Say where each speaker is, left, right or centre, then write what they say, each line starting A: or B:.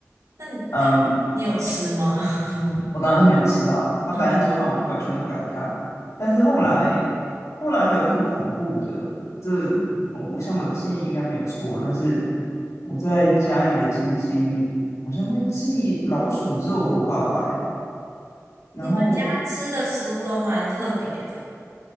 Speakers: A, on the right (about 85°); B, on the left (about 85°).
A: 那你他你有吃吗？
B: 嗯，
A: <laughs>
B: 嗯，我当然是没有吃啊，它摆在桌上，
A: 嗯
B: 我就完全都不敢看。但是后来，后来还有更恐怖的，这个我我想我的记忆应该没有错，
A: 嗯。
B: 但是我在嘉义的亲戚好像会寄老鼠肉给我爸爸、欸，然后
A: 你们家吃的食物都蛮特别的。